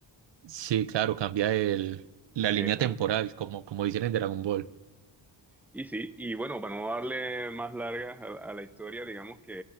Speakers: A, on the right (about 65°); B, in the centre.
A: sí, claro, cambia el, la línea
B: Ajá.
A: temporal, como, como dicen en Dragon Ball.
B: Y sí, y bueno, para no darle más largas a, a la historia, digamos que